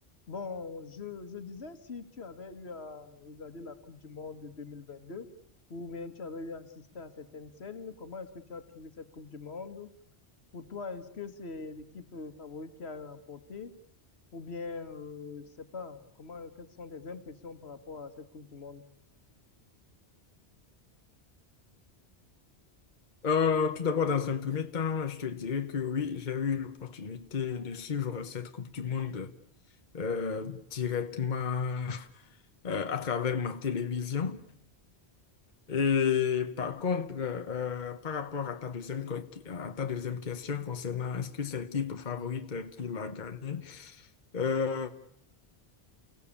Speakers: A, on the left (about 70°); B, on the left (about 45°).
A: Bon, je, je disais, si tu avais eu à regarder la Coupe du Monde de 2022, ou bien tu avais eu à assister à certaines scènes, comment est-ce que tu as trouvé cette Coupe du Monde? Pour toi, est-ce que c'est l'équipe euh, favorite qui a remporté? Ou bien, euh, je sais pas, comment, quelles sont tes impressions par rapport à cette Coupe du Monde?
B: Euh, tout d'abord, dans un premier temps, je te dirais que oui, j'ai eu l'opportunité de suivre cette Coupe du Monde euh, directement euh, à travers ma télévision. Et par contre, euh, par rapport à ta deuxième, co- à ta deuxième question concernant est-ce que c'est l'équipe favorite euh, qui l'a gagné, euh,